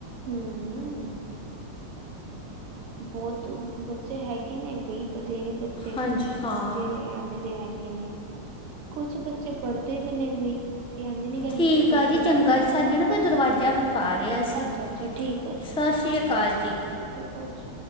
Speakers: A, on the right; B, in the centre.
A: ਹੂੰ। ਬਹੁਤ ਬੱਚੇ ਹੈਗੇ ਨੇ ਬਈ ਬਥੇਰੇ ਬ ਬੱਚੇ ਨੇ
B: ਹਾਂਜੀ ਹਾਂ
A: ਜੇ ਐਵੇਂ ਦੇ ਹੈਗੇ ਨੇ ਕੁਛ ਬੱਚੇ ਪੜ੍ਹਦੇ ਵੀ ਨੇ ਬਈ ਅਸੀਂ ਐਝ ਨਹੀ ਕਹਿੰਦੇ
B: ਠੀਕ
A: ਕਿ ਪੜ੍ਹਦੇ
B: ਆ ਜੀ
A: ਨੀ
B: ਚੰਗਾ ਜੀ ਸਾਡੇ ਨਾ ਕੋਈ ਦਰਵਾਜ਼ਾ ਖੜਕਾ ਰਿਹਾ ਸੀ
A: ਅੱਛਾ ਅੱਛਾ ਠੀਕ
B: ਸਤਿ ਸ਼੍ਰੀ ਅਕਾਲ ਜੀ।
A: ਅਲਸ